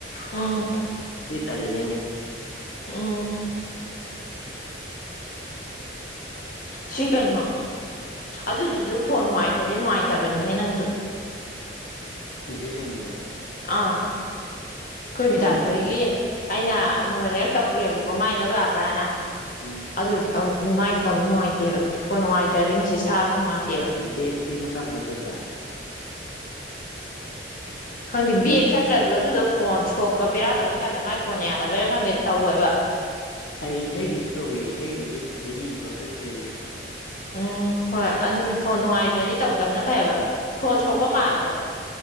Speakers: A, on the left; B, on the left.
A: ꯎꯝ
B: ꯇꯜꯂꯅꯤ
A: ꯎꯝ ꯁꯤ ꯀꯩꯅꯣ ꯑꯗꯨꯗꯨꯁꯨ ꯐꯣꯟ ꯅꯨꯡꯉꯥꯏꯇ꯭ꯔꯗꯤ ꯅꯨꯡꯉꯥꯏꯇꯕꯅꯤꯍꯦ ꯅꯪꯁꯨ
B: ꯃꯦꯁꯦꯖ ꯑꯣꯏꯝꯃꯗ꯭ꯔꯣ
A: ꯑꯥ ꯑꯩꯈꯣꯏ ꯕꯤꯗꯥꯁꯣꯏꯒꯤ
B: ꯈꯪꯗꯦ
A: ꯑꯩꯅ ꯑꯃꯨꯔꯣꯟꯅꯤꯔꯛ ꯇꯧꯈ꯭ꯔꯦꯕꯀꯣ ꯃꯥꯏ ꯂꯧ ꯌꯥꯕ꯭ꯔꯥꯅ
B: ꯎꯝ
A: ꯑꯗꯨ ꯑ ꯃꯥꯏ ꯐꯣꯟꯗꯣ ꯅꯨꯡꯉꯥꯏꯇꯦꯕ ꯐꯣꯟ ꯅꯨꯡꯉꯥꯏꯇ꯭ꯔꯦ ꯑꯩ ꯃꯦꯁꯦꯁ ꯊꯥꯕꯁꯨ ꯅꯨꯡꯉꯥꯏꯇꯦꯕ
B: ꯕꯦꯛ ꯕꯦꯛ ꯃꯆꯥ ꯃꯊꯣꯟ ꯆꯠꯄ꯭ꯔꯥ
A: ꯈꯪꯗꯦ ꯕꯦꯒ ꯆꯠꯇ꯭ꯔꯁꯨ ꯑꯗꯨꯗꯣ ꯐꯣꯟ ꯁꯣꯛꯄ ꯕꯦꯔꯥ ꯇꯧꯕꯩ ꯇꯥꯏꯞꯇ ꯃꯥꯏ ꯐꯣꯟꯅ ꯌꯥꯗꯕꯩꯅ ꯈꯪꯗꯦ ꯇꯧꯋꯦꯕ
B: ꯑꯩ ꯑꯩꯒꯤꯁꯨ ꯇꯧꯏ ꯑꯩꯒꯤꯁꯨꯨ ꯇꯅꯤ ꯀꯛꯊꯈ꯭ꯔꯔꯤꯁꯦ
A: ꯑ ꯍꯣꯏ ꯑꯗꯨꯅꯤ ꯐꯣꯟ ꯅꯨꯡꯉꯥꯏꯖꯔꯔꯤ ꯇꯧꯗꯕꯅ ꯐꯩꯌꯦꯕ ꯐꯣꯟ ꯁꯣꯛꯄ ꯃꯥꯜꯂꯦ ꯑꯗꯣ